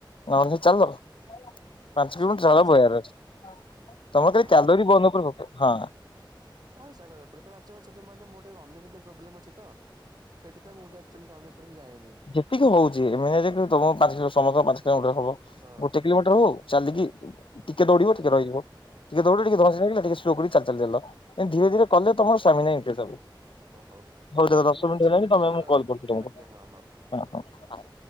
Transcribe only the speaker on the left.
ନ ହେଲେ ଚାଲ। ପାଞ୍ଚ
କିଲୋମିଟର
ଝାଳ ବୋହିବାର ଅଛି। ତମ ଦେହରେ
କ୍ୟାଲୋରୀ <unintelligible> ହଁ।
ଟିକେ ହଉଚି। <unintelligible> କିଲୋମିଟର ହଉ, ଚାଲିକି ଟିକେ
ଦୌଡିବ, ଟିକେ ରହିଯିବ, ଟିକେ ଦୌଡିବ, ଟିକେ
ଧଇଁ <unintelligible> <unintelligible>
ଚାଲି ଚାଲି ଗଲ, ଧୀରେ ଧୀରେ କଲେ ତମର <unintelligible>
ଦେଖ
ଦଶ ମିନିଟ୍
ହେଲାଣି
ତମେ କଲ୍ କରୁଛି ତମକୁ
ହଁ, ହଁ।